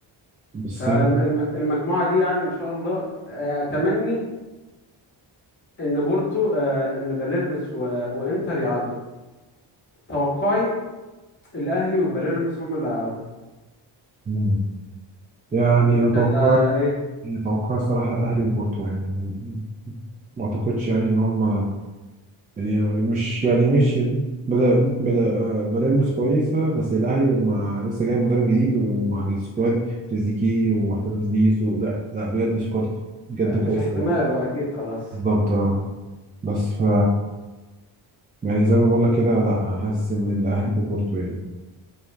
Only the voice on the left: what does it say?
فالمجموعة
دي يعني إن شاء الله آه، أتمني إن بورتو آه، إن باليرمس و... وإنتر يعدوا توقعي الأهلي وباليرمس هم اللي هيعدوا
أنت
آه، إيه
آه،
مش احتمال
هو أكيد خلاص